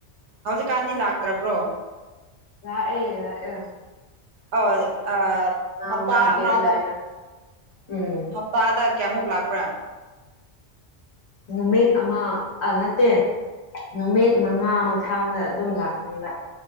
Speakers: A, on the right (about 80°); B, on the left (about 70°).
A: ꯍꯧꯖꯤꯛꯀꯥꯟꯗꯤ ꯂꯥꯛꯇ꯭ꯔꯕ꯭ꯔꯣ
B: ꯂꯥꯛ ꯑꯦ ꯂꯥꯛ ꯑꯦ
A: ꯑ ꯑꯣ ꯍꯞꯇꯥ
B: ꯃꯉꯥ ꯒꯦꯞ
A: ꯑꯃꯗ
B: ꯂꯥꯛꯑꯦꯕ ꯎꯝ
A: ꯑꯣ ꯇꯥꯗ ꯀꯌꯥꯃꯨꯛ ꯂꯥꯛꯄ꯭ꯔꯥ
B: ꯅꯨꯃꯤꯠ ꯑꯃ ꯅꯠꯇꯦ ꯅꯨꯃꯤꯠ ꯃꯉꯥ ꯃꯊꯥꯡꯗ ꯑꯗꯨꯝ ꯂꯥꯛꯀꯅꯦꯕ